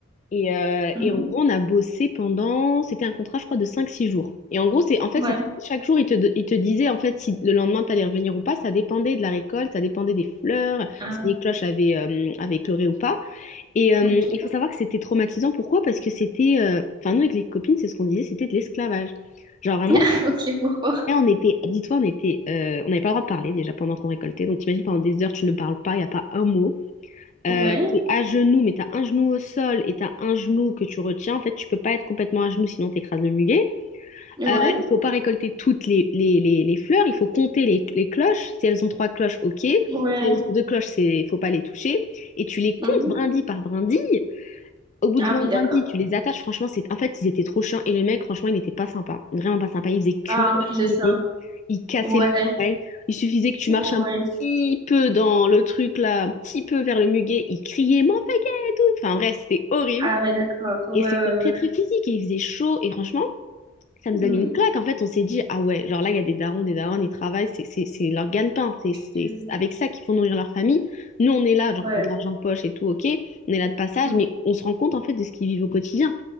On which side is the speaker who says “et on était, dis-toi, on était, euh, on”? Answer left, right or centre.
Left